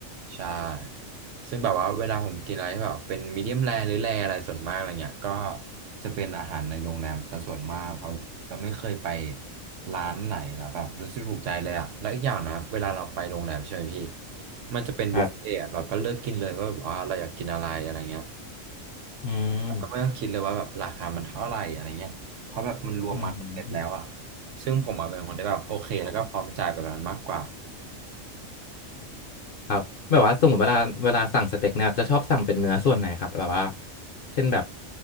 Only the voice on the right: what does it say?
ใช่ ซึ่งแบบว่าเวลาผมกินอะไรที่แบบเป็นมีเดียมแรหรือแรอะไรส่วนมากอะไรเงี้ยก็จะเป็นอาหารในโรงแรมซะส่วนมากเพราะเราไม่เคยไปร้านไหนแล้วแบบรู้สึกถูกใจเลยอะแล้วอีกอย่างนะเวลาเราไปโรงแรมใช่ไหมพี่มันจะเป็นบุฟเฟ่ต์อะเราก็เลือกกินเลยว่าแบบว่าเราอยากกินอะไรอะไรเงี้ย
เราไม่ต้องคิดเลยว่าแบบราคามันเท่าไหร่อะไรเงี้ยเพราะแบบมันรวมมาเสร็จแล้วอะ
ซึ่งผมอะเป็นคนที่แบบโอเคแล้วก็พร้อมจ่ายแบบนั้นมากกว่า